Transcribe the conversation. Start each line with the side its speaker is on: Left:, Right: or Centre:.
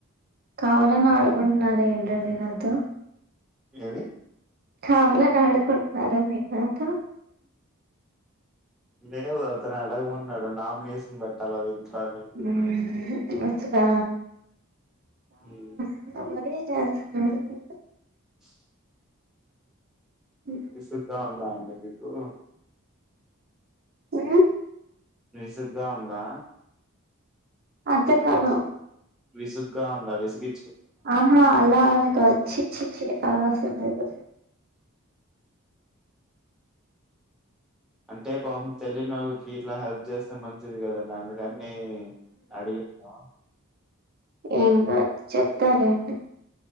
Right: కావాలని ఆడుకుంటున్నారా ఏంటండి నాతో
Centre: ఏవి
Right: కావాలని ఆడుకుంటున్నారా మీరు నాతో
Centre: లేదు అతను అడగమన్నాడు నామినేషన్ పెట్టాలి అది ఇంట్లో అని
Right: ఉ వస్తాదా
Centre: ఉమ్
Right: <unintelligible> చేస్తున్నారు మీరు
Centre: చ్
Right: ఉ
Centre: విసుగ్గా ఉందా అండి మీకు
Right: ఉ
Centre: విసుగ్గా ఉందా
Right: అర్థం కాదు
Centre: విసుగ్గా ఉందా విసిగి
Right: ఆహా అలా అని కాదు చి చిఛి అలాసలులేదు
Centre: అంటే పాపం తెలియని వాళ్ళకి ఇట్లా హెల్ప్ చేస్తే మంచిది కదండి అందుకని అడిగి ఆ
Right: ఇంకా చెప్తాలేండి